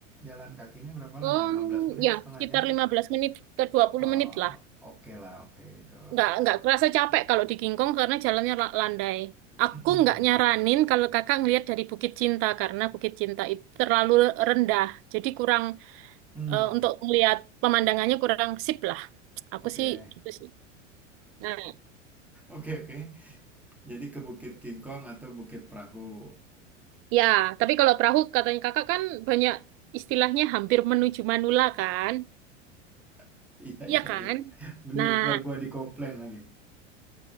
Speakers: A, in the centre; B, on the right.
A: jalan kakinya berapa
B: um,
A: lama 15 menit
B: ya
A: setengah
B: sekitar
A: jam
B: lima belas menit ke dua puluh
A: oh,
B: menit lah
A: oke lah oke itu
B: nggak nggak kerasa capek kalau di King Kong karena jalannya la- landai aku
A: Mm-mm.
B: nggak nyaranin kalau kakak ngelihat dari Bukit Cinta karena Bukit Cinta itu terlalu rendah jadi kurang
A: Mm.
B: eh, untuk ngelihat pemandangannya kurang sip lah aku
A: oke
B: sih gitu sih nah
A: oke oke jadi ke Bukit King Kong atau Bukit Perahu
B: Ya, tapi kalau perahu katanya kakak kan banyak istilahnya hampir menuju Manula kan?
A: <laughs> iya
B: Iya
A: iya
B: kan?
A: iya bener
B: Nah,
A: ntar gua dikomplain lagi